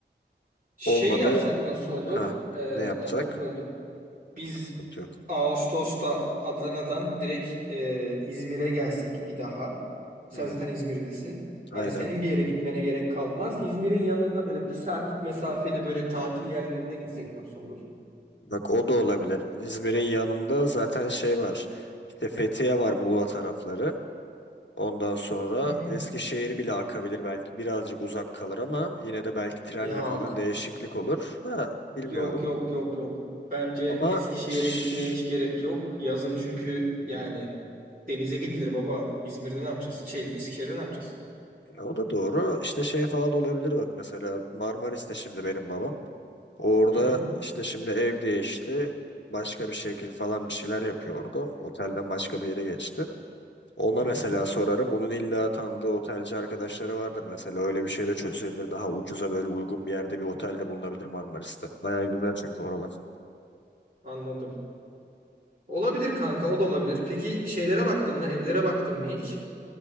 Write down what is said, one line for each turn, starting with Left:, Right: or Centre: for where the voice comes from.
Right: Şey
Left: Olmadı
Right: yapsak nasıl olur?
Left: ha
Right: Ee,
Left: ne yapsak?
Right: lafını böldüm. Biz
Left: Sıkıntı yok.
Right: Ağustos'ta Adana'dan direkt e, İzmir'e gelsek bir daha. Sen
Left: Hı,
Right: zaten İzmir'desin.
Left: aynen.
Right: Hani senin bir yere gitmene gerek kalmaz. İzmir'in yanında böyle bir saatlik mesafeli böyle tatil yerlerine gitsek nasıl olur?
Left: Bak o da olabilir. İzmir'in yanında zaten şey var. İşte Fethiye var Muğla tarafları. Ondan sonra
Right: Hı hı.
Left: Eskişehir bile akabilir belki birazcık uzak kalır ama yine de belki trenle
Right: Yok.
Left: falan değişiklik olur. Ha, bilmiyorum.
Right: Yok yok yok yok. Bence
Left: Ama
Right: Eskişehir'e
Left: şş,
Right: gitmeye hiç gerek yok. Yazın çünkü yani denize gidilir baba. İzmir'de ne yapacağız? Şey Eskişehir'de ne yapacağız?
Left: ya o da doğru. İşte şey falan olabilir bak mesela Marmaris'te şimdi benim babam. Orada
Right: Hı hı.
Left: işte şimdi ev değişti. Başka bir şekil falan bir şeyler yapıyordu. Otelden başka bir yere geçti. Ona
Right: Hı hı.
Left: mesela sorarım. Onun illa tanıdığı otelci arkadaşları vardır mesela. Öyle bir şey de çözülebilir. Daha ucuza böyle uygun bir yerde bir otelde bulunabilir Marmaris'te. Bayağı güzel çünkü oralar.
Right: Anladım. Olabilir kanka, o da olabilir. Peki şeylere baktın mı? Evlere baktın mı hiç?